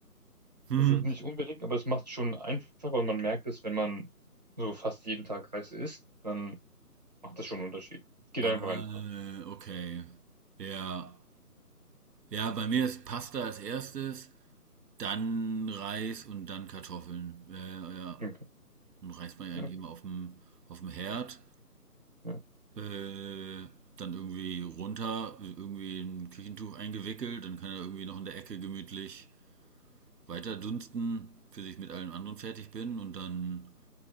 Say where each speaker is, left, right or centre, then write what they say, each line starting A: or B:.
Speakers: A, on the right; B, on the right.
A: Hm.
B: Es ist nicht unbedingt, aber es macht es schon einfacher und man merkt es, wenn man so fast jeden Tag Reis isst, dann macht das schon einen Unterschied. Geht
A: Ah,
B: einfach einfach.
A: okay. Ja. Ja, bei mir ist Pasta als erstes. dann Reis und dann Kartoffeln. Ja, ja, ja.
B: Okay.
A: Und Reis man ja
B: Ja,
A: eigentlich
B: okay.
A: immer auf dem, auf dem Herd.
B: Ja.
A: Äh, dann irgendwie runter, irgendwie in ein Küchentuch eingewickelt. Dann kann er irgendwie noch in der Ecke gemütlich weiter dunsten, bis ich mit allem anderen fertig bin. Und dann,